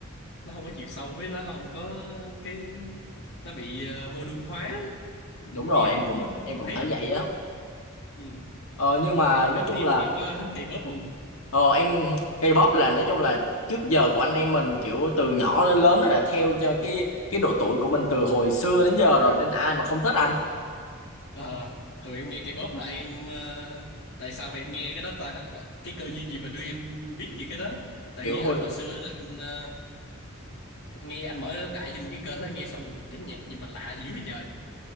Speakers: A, on the left; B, on the left.
A: nó không có chiều sâu với nó không có cái nó bị uh, modern hóa
B: đúng
A: nghe
B: rồi
A: không
B: em cũng
A: có
B: em cũng
A: hay
B: thấy
A: nữa
B: vậy á
A: ừ.
B: ờ, nhưng mà nói
A: anh
B: chung
A: em
B: là
A: em có thích K-pop không
B: ờ, em K-pop là nói chung là trước giờ của anh em mình kiểu từ nhỏ đến lớn nó đã theo cho cái cái độ tuổi của mình từ hồi xưa đến giờ rồi nên ai mà không thích anh
A: Ờ, thường em nghe cây pop là em ờ, tại sao mà em nghe cái đó ta Ờ, cái cơ duyên gì mà đưa em biết về cái đó tại
B: kiểu
A: như
B: hồi
A: anh hồi xưa là anh ờ, nghe anh mở đại trên cái kênh đó nghe xong được cái nhạc gì mà lạ dữ vậy trời